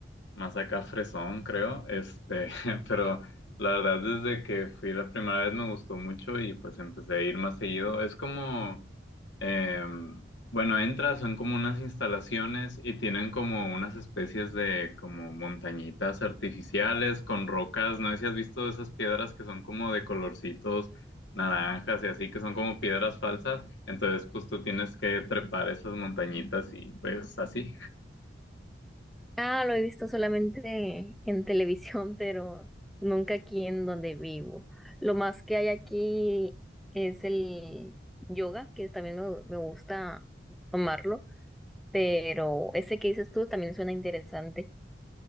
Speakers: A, on the left; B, in the centre.
A: más acá fresón, creo. Este, <laughs> pero la verdad desde que fui la primera vez me gustó mucho y pues empecé a ir más seguido. Es como Eh, bueno, entras, son como unas instalaciones y tienen como unas especies de como montañitas artificiales con rocas. No sé si has visto esas piedras que son como de colorcitos naranjas y así, que son como piedras falsas. Entonces, pues tú tienes que trepar esas montañitas y pues así.
B: Ah, lo he visto solamente en televisión, pero nunca aquí en donde vivo. Lo más que hay aquí es el yoga, que también me, me gusta tomarlo, pero ese que dices tú también suena interesante.